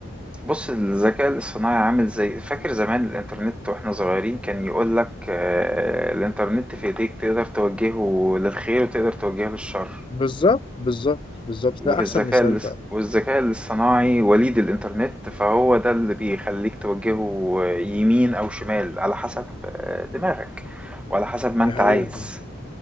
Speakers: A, in the centre; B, on the left.
A: بُص، الذكاء الاصطناعي عامل زي فاكر زمان الإنترنت وإحنا صغيرين كان يقول لك آآ، الإنترنت في إيديك تقدر توجهه للخير وتقدر توجهه للشر،
B: بالظبط بالظبط بالظبط
A: والذكاء
B: ده احسن مثال
A: الاص
B: فعلا
A: والذكاء الاصطناعي وليد الإنترنت، فهو ده اللي بيخلّيك توجهه يمين أو شمال على حسب آه، دماغك وعلى حسب ما أنت
B: دي حقيقة
A: عايز.
B: فعلا